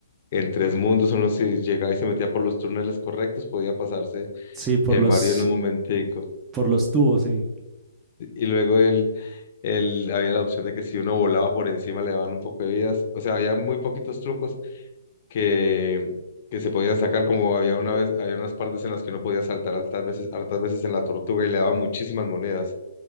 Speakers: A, on the left (about 45°); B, on the right (about 15°).
A: en tres mundos, uno si llegaba y se metía por los túneles correctos, podía pasarse
B: Sí, por
A: el
B: los,
A: Mario en un momentico.
B: por los tubos, sí.
A: Y luego él, él, había la opción de que si uno volaba por encima le daban un poco de vidas, o sea, había muy poquitos trucos que... que se podían sacar, como había una vez, había unas partes en las que uno podía saltar hartas veces, hartas veces en la tortuga y le daban muchísimas monedas.